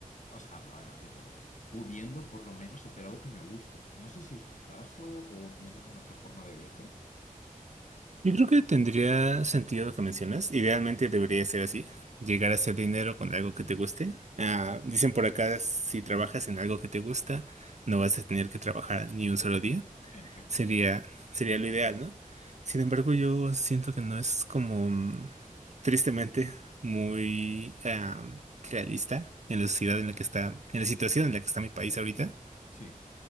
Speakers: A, on the left; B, on the right.
A: o sea, van haciéndolo, pudiendo por lo menos hacer algo que me guste. No sé si es tu caso o tienes alguna otra forma de verlo.
B: Yo creo que tendría sentido lo que mencionas. Idealmente debería ser así, llegar a hacer dinero con algo que te guste. Ah, dicen por acá, si trabajas en algo que te gusta, no vas a tener que trabajar ni un solo día.
A: En efecto,
B: Sería, sería lo ideal, ¿no? Sin embargo, yo siento que no es como mm, tristemente muy ah, realista en la sociedad en la que está, en la situación en la que está mi país ahorita.
A: sí,